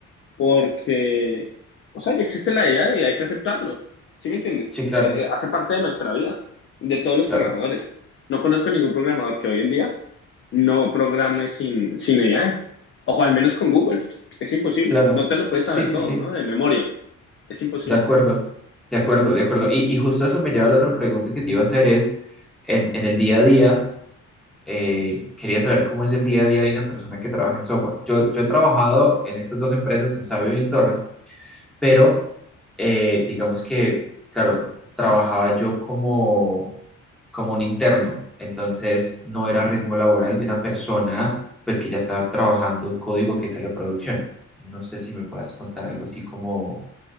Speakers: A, on the left; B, in the centre.
A: porque, o sea, ya existe la IA y hay que aceptarlo. ¿Sí me entiendes?
B: Sí, claro,
A: Eh, eh, hace parte de nuestra vida, de todos los
B: claro,
A: programadores. No conozco ningún programador que hoy en día no programe sin, sin AI, o al menos con Google. Es imposible.
B: claro.
A: No te lo puedes
B: Sí,
A: saber
B: sí,
A: todo,
B: sí.
A: ¿no? De memoria. Es imposible.
B: De acuerdo, de acuerdo, de acuerdo. Y, y justo eso me lleva a la otra pregunta que te iba a hacer es, en, en el día a día, eh, quería saber cómo es el día a día de una persona que trabaja en software. Yo, yo he trabajado en estas dos empresas, en Sabio y en Torrent, pero eh, digamos que, claro, trabajaba yo como, como un interno, entonces no era ritmo laboral de una persona pues que ya estaba trabajando un código que sale a producción. No sé si me puedas contar algo así como,